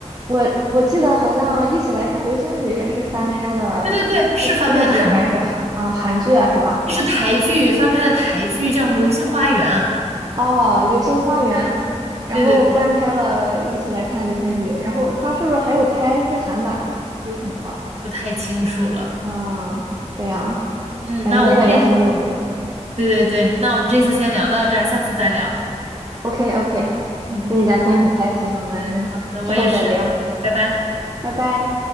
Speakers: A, on the right; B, on the right.
A: 我我记得好像《一起来看流星雨》也是翻拍的日日剧还是韩啊韩剧啊是吧？
B: 对对对，是翻拍的韩剧，这是台剧翻拍的台剧，叫什么《流星花园》？
A: 哦，《流星花园》，然后翻拍了《一起来看流星雨》，
B: 对对对，
A: 然后他是不是还有拍日韩版的？有可能吧？
B: 不太清楚了。
A: 啊，这样，
B: 嗯，
A: 感觉那个也很有名。
B: 那我们这，对对对，那我们这次先聊到这儿，下次再聊。
A: OK OK，
B: 嗯，
A: 跟你聊天很开心，我们之后再聊。
B: 好的，我也是，拜拜。
A: 拜拜。